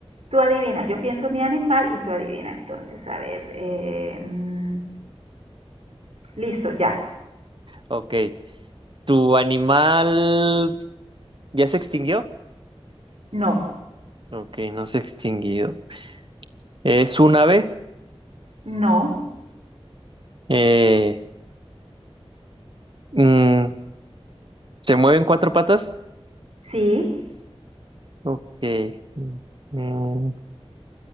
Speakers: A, on the right (about 75°); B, on the right (about 55°).
A: tú adivina. Yo pienso mi animal y tú adivina. Entonces, a ver. eh, mm, Listo, ya.
B: Ok. ¿Tu animal ya se extinguió?
A: No,
B: Ok, no se ha extinguido. ¿Es un ave?
A: no,
B: Eh, mm, ¿se mueve en cuatro patas?
A: sí,
B: Ok. Mm, mm,